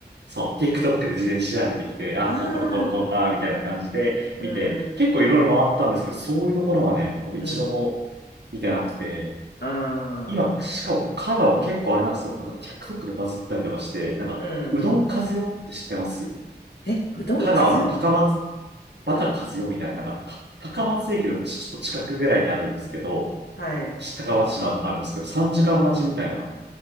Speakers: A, on the right; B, on the left.
A: う、そう、TikTok で事前に調べてきて、あ、
B: ああ、
A: こことこのこうか、みたいな感じで見て、
B: うん、
A: 結構いろいろ回ったんですけど、そういうところはね、多分一度も
B: うん、
A: 見てなくて、
B: ああ、
A: 今、しかも、香川結構あれなんですよ。なんか TikTok でバズったりとかして、なんか、
B: うん。
A: うどん風よって知ってます
B: え、うどんかずよ
A: 香川の高松バカ和代みたいな、なんか、た高松駅のちちょっと近くぐらいにあるんですけど、
B: はい。
A: し高松市のあるんですけど、3時間待ちみたいな、